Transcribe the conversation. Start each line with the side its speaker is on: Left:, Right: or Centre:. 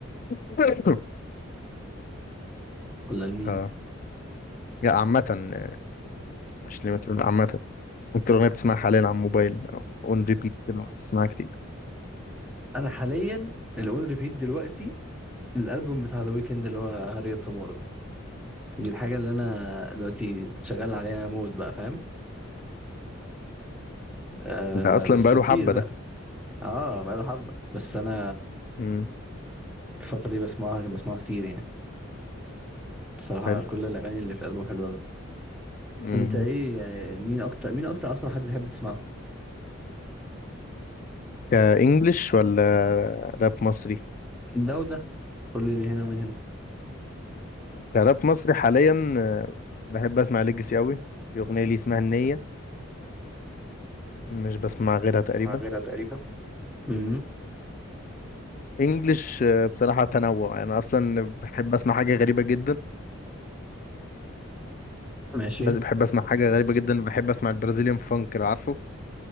Left: <coughs>
Centre: ولا لمين
Left: اه يا عامه آه، مش لمترو لا عامه انت الاغنيه بتسمعها حاليا على الموبايل اون ريبيت كده بتسمعها كتير
Centre: انا حاليا اللي اون ريبيت دلوقتي الالبوم بتاع ذا ويكند اللي هو هاري اب تومورو دي الحاجة اللي أنا دلوقتي شغال عليها موت بقى فاهم آه
Left: ده اصلا
Centre: بس
Left: بقاله
Centre: كتير
Left: حبه
Centre: بقى
Left: ده
Centre: اه بقى له حبة بس أنا
Left: امم
Centre: الفترة دي بسمعها بسمعها كتير يعني بصراحة
Left: حلو
Centre: كل الأغاني اللي في الألبوم حلوة أوي.
Left: امم
Centre: أنت إيه يعني مين أكتر مين أكتر أصلا حد تحب تسمعه
Left: كانجلش ولا راب مصري
Centre: ده وده كل من هنا ومن هنا
Left: كراب مصري حاليا آه، بحب اسمع ليجاسي قوي في اغنيه لي اسمها النيه مش بسمع غيرها تقريبا
Centre: مع غيرها تقريبا امم
Left: انجلش آه، بصراحه تنوع انا اصلا بحب اسمع حاجه غريبه جدا
Centre: ماشي
Left: بس بحب اسمع حاجه غريبه جدا بحب اسمع البرازيليان فانك لو عارفه